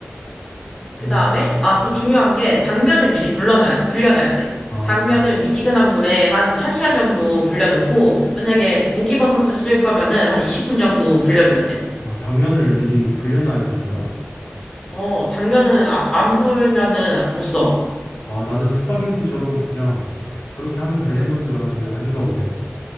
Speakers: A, on the left (about 15°); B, on the left (about 80°).
A: 그
B: 음.
A: 다음에, 아, 또 중요한 게, 당면을 미리 불려놔, 불려놔야 돼.
B: 아,
A: 당면을 미지근한 물에 한, 1시간 정도 불려놓고, 만약에 목이버섯을 쓸 거면은 한 20분 정도 불려줘야 돼.
B: 아, 당면을 미리 불려놔야 되는 거야?
A: 어, 당면은, 아- 안 불면은 못 써.
B: 아, 나는 스파게티처럼 그냥 그렇게 하면 되는
A: 음.
B: 건 줄 알았는데 아닌가 보네.